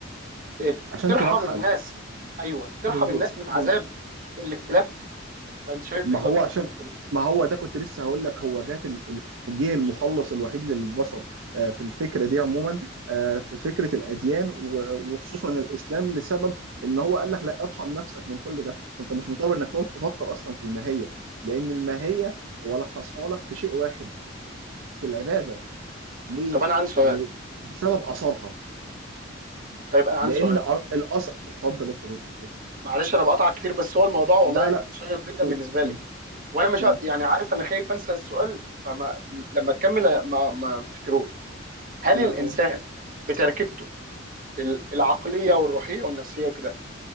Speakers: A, on the right (about 45°); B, on the right (about 80°).
A: آه،
B: عشان
A: ترحم
B: توحد
A: الناس ايوه ترحم
B: بالظبط
A: الناس من عذاب
B: مم.
A: الاختلاف فانت شايف
B: ما
A: ايه
B: هو
A: برضه
B: عشان
A: في النقطه دي
B: ما هو ده كنت لسه هقول لك هو جات ال- ال- جه المخلص الوحيد للبشر آه، في الفكره دي عموما آه، في فكره الاديان و- وخصوصا الاسلام لسبب ان هو قال لك لا ارحم نفسك من كل ده انت مش مضطر انك تقعد تفكر اصلا في الماهيه لان الماهيه هو لخصها لك في شيء واحد في العباده ليه؟
A: طب انا عندي سؤال
B: ليه؟ بسبب اثرها
A: طيب انا عندي
B: لان
A: سؤال
B: أ- الاثر اتفضل يا صديقي اتفضل
A: معلش انا بقطع كتير بس هو الموضوع والله
B: لا لا
A: شيق جدا
B: قول
A: بالنسبه لي
B: مم.
A: وانا مش
B: قول
A: ع- يعني عارف انا خايف انسى السؤال فما م- لما تكمل ما ما افتكروش هل
B: لا
A: الانسان
B: قول
A: بتركيبته ال- العقليه والروحيه والنفسيه وكده